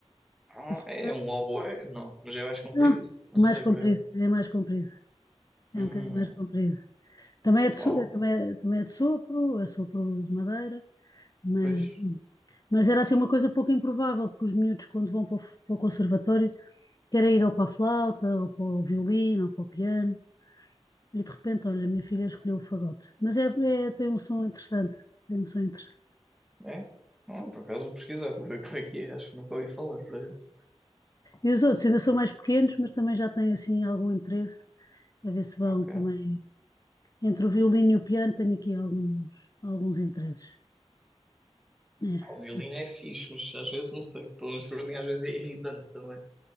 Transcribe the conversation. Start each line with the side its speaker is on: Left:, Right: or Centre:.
Centre: Ah,
Left: Para soprar,
Centre: é um oboé? Não, mas é mais comprido.
Left: não,
Centre: Não
Left: mais
Centre: sei
Left: comprido,
Centre: por acaso.
Left: é mais comprido, é
Centre: Hum,
Left: um bocadinho mais comprido. Também é de,
Centre: bom,
Left: so- é- também, é- também é de sopro, é sopro de madeira, mas,
Centre: pois.
Left: mas era assim uma coisa pouco improvável, porque os miúdos quando vão para o, f- para o conservatório querem ir ou para a flauta, ou para o violino, ou para o piano. E de repente, olha, a minha filha escolheu o fagote. Mas é, é- tem um som interessante, tem um som interessante.
Centre: É? Não, por acaso vou pesquisar para ver <laughs> como é que é. Acho que nunca ouvi falar, por acaso.
Left: E os outros ainda são mais pequenos, mas também já têm assim algum interesse, a ver se vão
Centre: Ok.
Left: também. Entre o violino e o piano tenho aqui alguns, alguns interesses. É,
Centre: Ah, O violino
Left: mas-
Centre: é fixe, mas às vezes não sei. Pelo menos para mim, às vezes é irritante também.